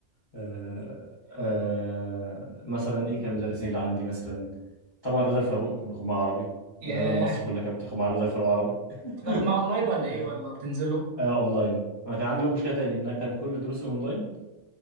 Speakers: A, on the left (about 45°); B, on the right (about 70°).
A: آه، آه، مثلا ايه كان المدرسين اللي عندي مثلا طبعا رضا الفاروق كنت باخد معاه عربي
B: ياه
A: غالبا مصر كلها كانت بتاخد مع رضا الفاروق عربي
B: بتاخد
A: <laughs>
B: معاه اونلاين ولا ايه ولا بتنزل له
A: آه اونلاين انا كان عندي بقى مشكله تاني ان انا كان كل دروسي اونلاين